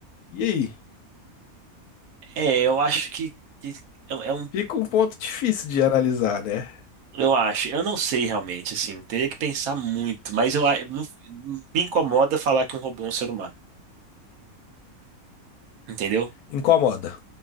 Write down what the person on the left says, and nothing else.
E aí?
Fica um ponto difícil de analisar, né?
Incomoda.